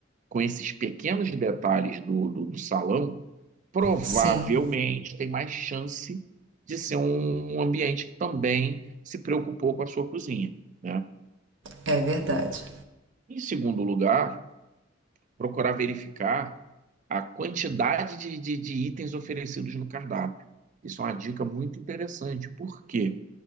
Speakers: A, on the right; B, on the right.
A: com esses pequenos detalhes do, do, do salão, provavelmente
B: Sim,
A: tem mais chance de ser um um ambiente que também se preocupou com a sua cozinha, né?
B: é verdade.
A: Em segundo lugar, procurar verificar a quantidade de, de, de itens oferecidos no cardápio. Isso é uma dica muito interessante, Por quê?